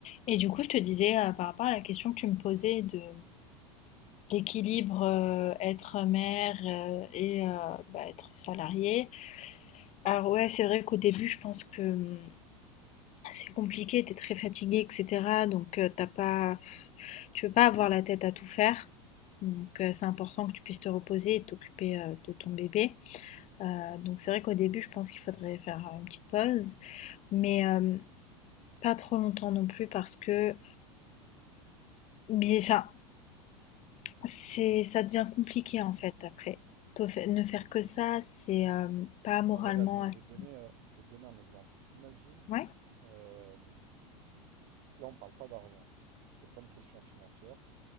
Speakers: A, on the left; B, on the right.
A: Et du coup, je te disais euh, par rapport à la question que tu me posais de euh, l'équilibre euh, être mère euh, et euh, bah, être salariée. Alors ouais, c'est vrai qu'au début, je pense que hum, c'est compliqué, t'es très fatigué, etc. Donc euh, t'as pas, tu peux pas avoir la tête à tout faire. Donc euh, c'est important que tu puisses te reposer et t'occuper euh, de ton bébé. Euh, donc c'est vrai qu'au début, je pense qu'il faudrait faire euh, une petite pause, mais euh, pas trop longtemps non plus parce que, bien, enfin, C'est, ça devient compliqué en fait après. Toi, fai- ne faire que ça, c'est euh, pas moralement
B: Non, regarde, mais
A: assez.
B: je vais te donner, euh, je vais te donner un exemple. Imagine,
A: Ouais,
B: euh, là on parle pas d'argent, c'est pas une question financière.